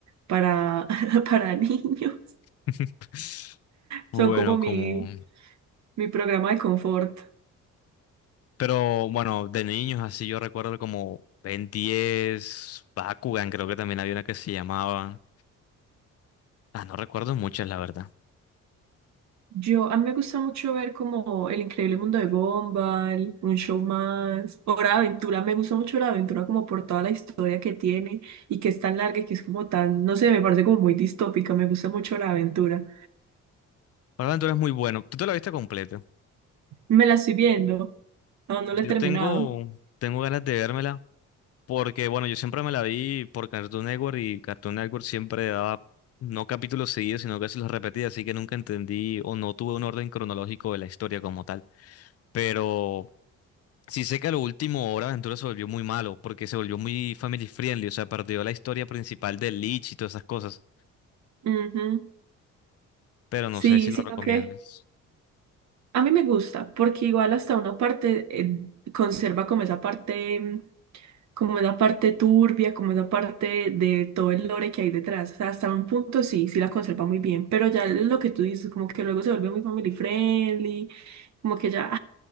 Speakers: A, on the right; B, on the left.
A: para, <laughs> para niños.
B: <laughs>
A: Son
B: Bueno,
A: como mi,
B: como...
A: mi programa de confort.
B: Pero bueno, de niños así yo recuerdo como Ben 10, Bakugan, creo que también había una que se llamaba... Ah, no recuerdo muchas, la verdad.
A: Yo, a mí me gusta mucho ver como El Increíble Mundo de Gumball, Un Show Más, o Hora de Aventura. Me gusta mucho la aventura como por toda la historia que tiene y que es tan larga y que es como tan, no sé, me parece como muy distópica. Me gusta mucho la aventura.
B: Ahora tú eres muy bueno. ¿Tú te la viste completa?
A: Me la estoy viendo, aún no
B: Yo
A: la he terminado.
B: tengo, tengo ganas de vérmela, porque bueno, yo siempre me la vi por Cartoon Network y Cartoon Network siempre daba no capítulos seguidos, sino que se los repetía, así que nunca entendí o no tuve un orden cronológico de la historia como tal. Pero sí sé que a lo último Hora de Aventura se volvió muy malo, porque se volvió muy family friendly, o sea, perdió la historia principal de Lich y todas esas cosas,
A: Ujú.
B: pero no
A: Sí,
B: sé si lo
A: sino
B: recomiendas.
A: que A mí me gusta, porque igual hasta una parte eh, conserva como esa parte, mm, como esa parte turbia, como esa parte de todo el lore que hay detrás. O sea, hasta un punto sí, sí la conserva muy bien, pero ya lo que tú dices, como que luego se vuelve muy family friendly, como que ya,